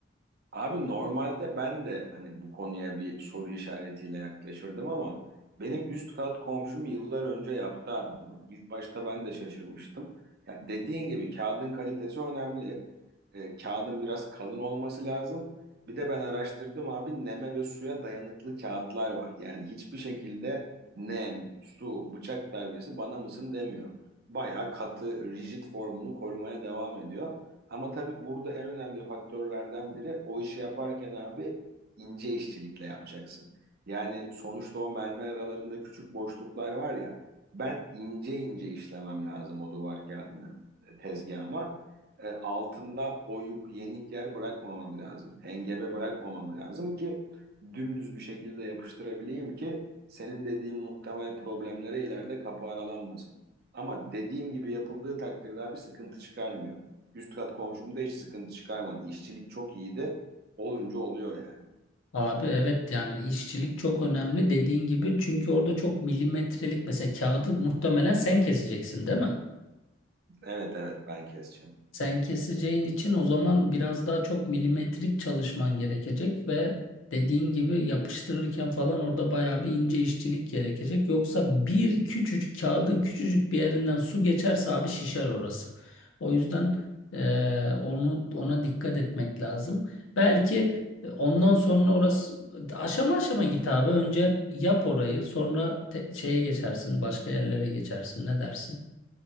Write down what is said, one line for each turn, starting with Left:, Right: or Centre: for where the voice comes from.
Right: Abi normalde ben de hani bu konuya bir soru işaretiyle yaklaşırdım ama benim üst kat komşum yıllar önce yaptı abi bunu. İlk başta ben de şaşırmıştım. Ya dediğin gibi kağıdın kalitesi önemli. E, kağıdın biraz kalın olması lazım. Bir de ben araştırdım abi neme ve suya dayanıklı kağıtlar var. Yani hiçbir şekilde nem, su, bıçak darbesi bana mısın demiyor. Bayağı katı, rigid formunu korumaya devam ediyor. Ama tabii burada en önemli faktörlerden biri o işi yaparken abi ince işçilikle yapacaksın. Yani sonuçta o mermer aralarında küçük boşluklar var ya ben ince ince işlemem lazım o duvar kağıdını e, tezgahıma e, altında oyuk, yenik yer bırakmamam lazım. Hengebe bırakmamam lazım ki dümdüz bir şekilde yapıştırabileyim ki senin dediğin muhtemel problemlere ileride kapı aralanmasın. Ama dediğim gibi yapıldığı takdirde abi sıkıntı çıkarmıyor. Üst kat komşum hiç sıkıntı çıkarmadı. İşçilik çok iyiydi. Olunca oluyor yani.
Left: Abi evet yani işçilik çok önemli dediğin gibi çünkü orada çok milimetrelik mesela kağıdı muhtemelen sen keseceksin değil mi?
Right: Evet evet ben keseceğim.
Left: Sen keseceğin için o zaman biraz daha çok milimetrik çalışman gerekecek ve dediğin gibi yapıştırırken falan orada bayağı bir ince işçilik gerekecek. Yoksa bir küçücük kağıdın küçücük bir yerinden su geçerse abi şişer orası. O yüzden eee, onu ona dikkat etmek lazım. Belki e, ondan sonra orası aşama aşama git abi. Önce yap orayı, sonra te- şeye geçersin, başka yerlere geçersin. Ne dersin?